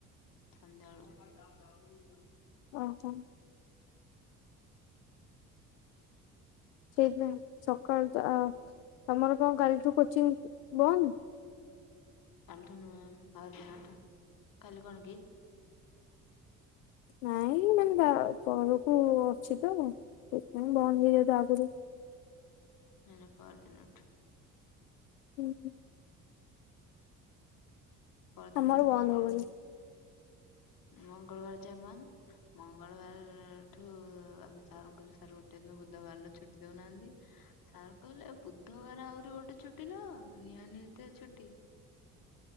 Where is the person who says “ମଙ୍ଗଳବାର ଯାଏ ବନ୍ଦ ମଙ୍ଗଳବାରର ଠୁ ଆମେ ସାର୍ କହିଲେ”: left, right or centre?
Left